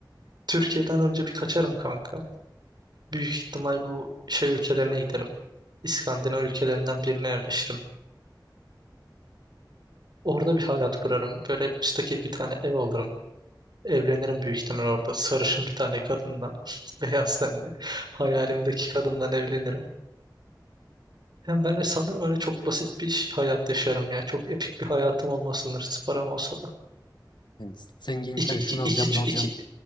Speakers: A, on the right (about 65°); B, on the left (about 75°).
A: Türkiye'den önce bir kaçarım kanka. Büyük ihtimal bu şey ülkelerine giderim. İskandinav ülkelerinden birine yerleşirim. Orada bir hayat kurarım. Böyle müstakil bir tane ev alırım. Evlenirim büyük ihtimal orada. Sarışın bir tane kadınla. <laughs> Beyaz tenli. Hayalimdeki kadınla evlenirim. Hem ben de sanırım öyle çok basit bir hayat yaşarım ya. Çok epik bir hayatım olmaz sınırsız param olsa da.
B: Yani zenginken
A: İki, iki,
B: şunu alacağım
A: iki,
B: bunu alacağım
A: iki,